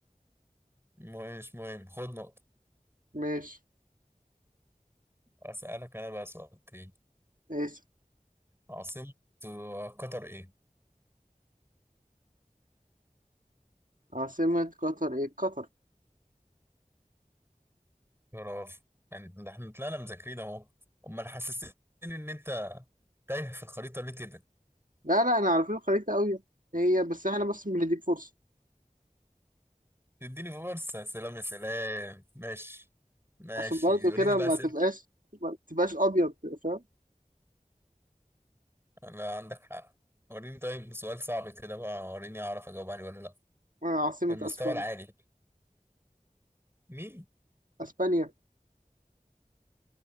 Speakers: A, on the right; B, on the right.
A: مهم مش مهم خد نقطة
B: ماشي
A: أسألك أنا بقى سؤال تاني
B: ماشي
A: عاصمة قطر إيه؟
B: عاصمة قطر إيه؟ قطر
A: برافو يعني ده احنا طلعنا مذاكرين أهو أمال حسستني إن أنت تايه في الخريطة ليه كده؟
B: لا لا احنا عارفين الخريطة قوي هي بس احنا بس بنديك فرصة
A: تديني فرصة سلام يا سلام ماشي ماشي
B: عشان برضه
A: وريني
B: كده
A: بقى
B: ما
A: أسئلتك
B: تبقاش ما تبقاش ابيض فاهم
A: لا عندك حق وريني طيب سؤال صعب كده بقى وريني أعرف أجاوب عليه ولا لأ
B: عاصمة
A: المستوى
B: اسبانيا
A: العالي مين؟
B: اسبانيا